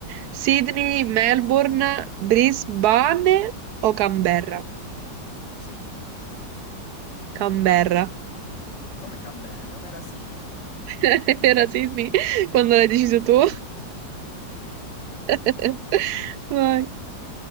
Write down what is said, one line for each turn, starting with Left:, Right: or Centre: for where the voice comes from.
Right: Sydney, Melbourne, Brisbane o Canberra?
Left: Sydney.
Right: Canberra.
Left: Come Canberra? Ma era Sydney.
Right: <laughs> Era Sydney quando l'hai deciso tu.
Left: Sì.
Right: <laughs> Vai.